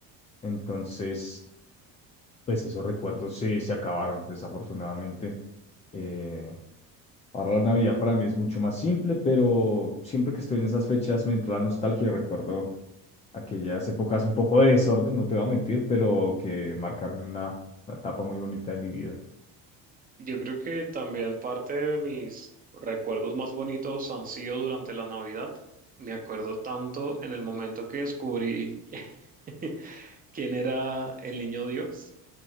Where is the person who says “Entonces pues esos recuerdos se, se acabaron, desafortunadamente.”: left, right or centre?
Left